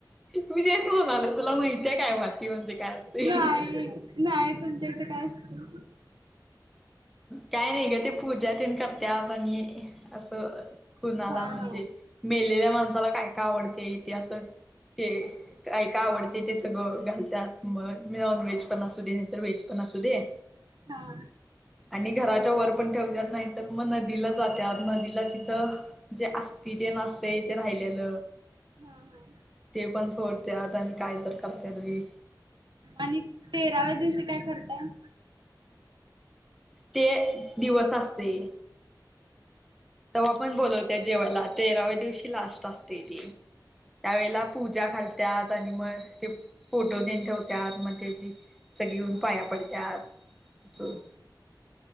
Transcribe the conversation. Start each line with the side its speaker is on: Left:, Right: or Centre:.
Centre: मी तेच म्हणालोय तुला माहिताय काय माती म्हणजे? काय असते
Right: न्हाई, न्हाई तुमच्या इथे काय असतय
Centre: काय नाई ग ते पूजा तेन करत्यात आणि असं कुणाला
Right: हा हा
Centre: म्हणजे,
Right: हा
Centre: मेलेल्या माणसाला काय काय आवडतय ते असं ते काय? काय आवडतय ते सगळं घालत्यात, मग नॉन व्हेज पण असू दे नाहीतर व्हेज पण असू दे.
Right: हा
Centre: आणि घराच्या वर पण ठेवत्यात न्हाई तर म नदीला जात्यात नदीला तिच जे आस्थी तेन असतंय ते राहिल्याल
Right: हा हा
Centre: ते पण सोडत्यात आणि काय तर करत्यात बाई.
Right: आणि तेराव्या दिवशी काय करताय?
Centre: ते दिवस असतंय. तवा पण बोलवत्यात जेवायला तेराव्या दिवशी लास्ट असतेय ते. त्यावेेळेला पूजा घालत्यात आणि मग ते फोटो तेन ठेवत्यात मग त्याची सगळी येऊन
Right: हा
Centre: पाया पडत्यात असं
Right: हा